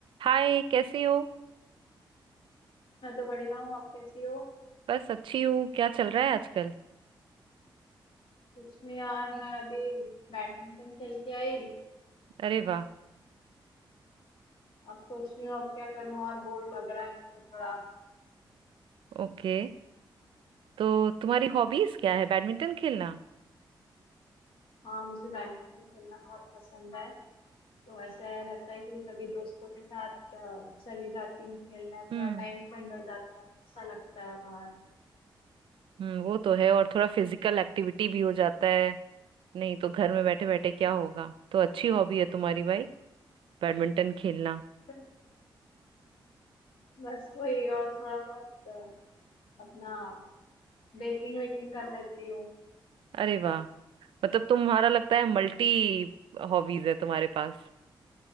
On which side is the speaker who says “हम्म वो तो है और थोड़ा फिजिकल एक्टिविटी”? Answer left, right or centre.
Right